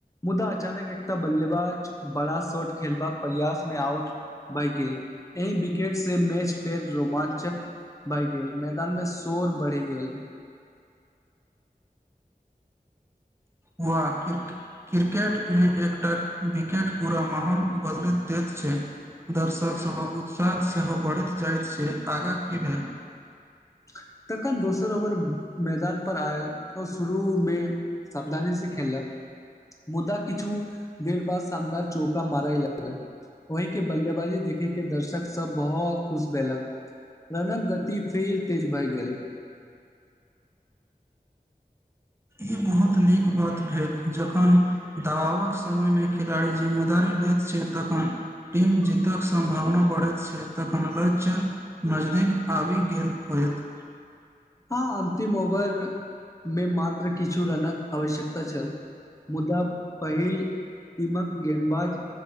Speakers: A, on the left; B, on the right.
A: मुद्दा अचानक एकटा बल्लेबाज बड़ा शॉट खेलबाक प्रयास में आउट भए गेल एहि विकेट से मैच फेर रोमांचक बहि गेल मैदान मे शोर बढ़ि गेल
B: हुआ क्रिकेट में एकटा विकेट पूरा माहौल बदलैत देत छै दर्शक सभक उत्साह सेहो बढ़ैत जाइत छै आगा की भेल
A: <inaudible> न दोसर ओवर मैदान पर आय ओ शुरू मे सावधानी से खेललक मुदा किछु देर बाद सानदार चौका मारइ लागै ओहि के बल्लेबाजी देखे के दर्शक सब बहुत खुश भेलक रणक गति फेर तेज भए गेल
B: ई बहुत नीक बात भेल जखन दबावक समय में खिलाड़ी जिम्मेदारी लैत छै तखन टीम जीतक सम्भावना बढ़ैत छै तखन लक्ष्य मज अध आबी गेल होत
A: हँ अन्तिम ओवर मे मात्र किछु रनक आवश्यकता छल मुदा पहिल टीमक गेंदबाज